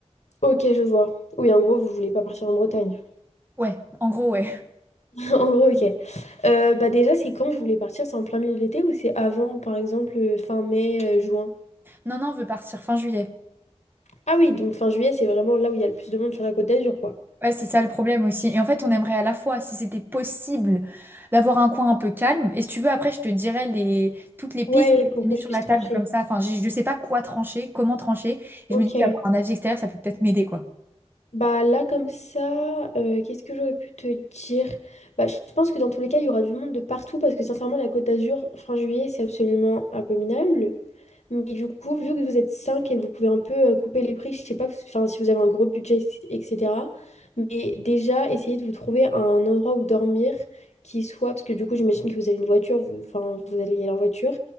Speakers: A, on the left; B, on the right.
A: Ok, je vois. Oui, en gros, vous voulez pas partir en Bretagne.
B: Ouais, en gros, ouais.
A: <laughs> En gros, ok. Euh, bah déjà, c'est quand vous voulez partir? C'est en plein milieu de l'été ou c'est avant, par exemple, euh, fin mai, euh, juin?
B: Non, non, on veut partir fin juillet.
A: Ah oui, donc fin juillet, c'est vraiment là où il y a le plus de monde sur la Côte d'Azur, quoi.
B: Ouais, c'est ça le problème aussi. Et en fait, on aimerait à la fois, si c'était possible, d'avoir un coin un peu calme. Et si tu veux, après, je te dirais les... toutes les pistes
A: Ouais, pour
B: mises
A: que
B: sur
A: je puisse
B: la
A: trancher.
B: table comme ça. Enfin, j'ai- je ne sais pas quoi trancher, comment trancher. Et
A: Ok.
B: je me dis qu'avoir un avis extérieur, ça peut peut-être m'aider, quoi.
A: Bah là, comme ça, euh, qu'est-ce que j'aurais pu te dire? Bah, je pense que dans tous les cas, il y aura du monde de partout parce que sincèrement, la Côte d'Azur, fin juillet, c'est absolument abominable. Mais du coup, vu que vous êtes 5 et que vous pouvez un peu euh, couper les prix, je sais pas enfin, si vous avez un gros budget, etc. Mais déjà, essayez de vous trouver un endroit où dormir qui soit, parce que du coup, j'imagine que vous avez une voiture, vous, enfin, vous allez y aller en voiture.